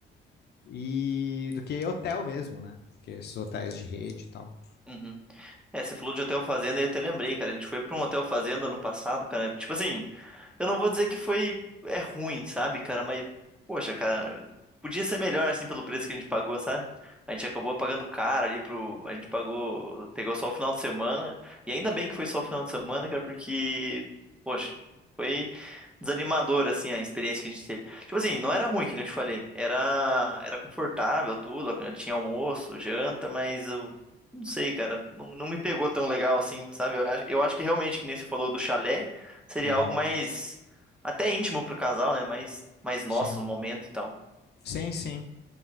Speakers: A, on the left; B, in the centre.
A: E do que hotel mesmo, né? Do que esses hotéis de rede e tal.
B: Uhum. É, você falou de hotel fazenda e eu até lembrei, cara. A gente foi pra um hotel fazenda ano passado, cara. Tipo assim, eu não vou dizer que foi é ruim, sabe, cara, mas poxa, cara, podia ser melhor assim pelo preço que a gente pagou, sabe? A gente acabou pagando caro ali pro, a gente pagou, pegou só o final de semana, e ainda bem que foi só o final de semana, cara, porque poxa, foi desanimador assim a experiência que a gente teve. Tipo assim, não era ruim, que nem eu te falei, era era confortável tudo, tinha almoço, janta, mas eu não sei, cara, não, não me pegou tão legal assim, sabe? Eu, acho- eu acho que realmente que nem você falou do chalé Seria
A: Aham.
B: algo mais até íntimo pro casal, né? Mais, mais nosso
A: Sim,
B: momento e tal.
A: sim, sim.